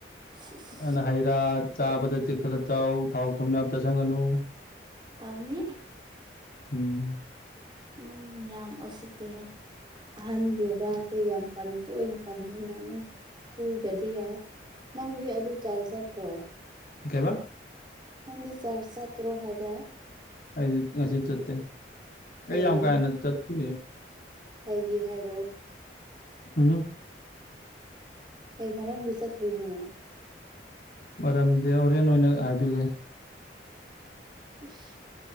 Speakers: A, on the right; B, on the left.
A: ꯁꯤ ꯏꯁ
B: ꯑꯅ ꯍꯩꯔꯥ ꯆꯥꯕꯗ ꯆꯦꯛꯁꯤꯜꯂ ꯆꯥꯎ ꯊꯥꯎ ꯊꯨꯝ ꯌꯥꯝ ꯆꯥꯁꯤꯟꯒꯅꯨ
A: ꯇꯧꯅꯤ
B: ꯎꯝ
A: ꯅꯪ ꯌꯥꯝ ꯎꯁꯤꯠꯇꯦꯍꯦ ꯑꯍꯟꯒꯤ ꯋꯥꯁꯦ ꯌꯥꯝ ꯄꯟ ꯇꯣꯏꯅ ꯄꯟꯕꯅꯤꯅ ꯅꯪ ꯐꯨꯗ꯭ꯔꯗꯤ ꯌꯥꯏ ꯅꯪꯗꯤ ꯑꯗꯨ ꯆꯥꯔꯁ ꯆꯠꯇ꯭ꯔꯣ
B: ꯑ ꯀꯩꯕ
A: ꯅꯪꯗꯤ ꯆꯔꯁ ꯆꯠꯇ꯭ꯔꯣ ꯍꯥꯏꯕ
B: ꯑꯩꯗꯤ ꯉꯁꯤ ꯆꯠꯇꯦ
A: ꯀꯩꯒꯤꯅꯣ
B: ꯑꯩ ꯌꯥꯝ ꯀꯥ ꯍꯦꯟꯅ ꯆꯠꯇꯦ
A: ꯀꯩꯒꯤ ꯍꯥꯏꯔꯛꯑꯣ
B: ꯍꯝ
A: ꯀꯩ ꯃꯔꯝꯒꯤ ꯆꯠꯇ꯭ꯔꯤꯅꯣ
B: ꯃꯔꯝꯖꯦ ꯍꯣꯔꯦꯟ ꯑꯣꯏꯅ ꯍꯥꯏꯕꯤꯒꯦ
A: ꯁꯤꯁ ꯁꯤ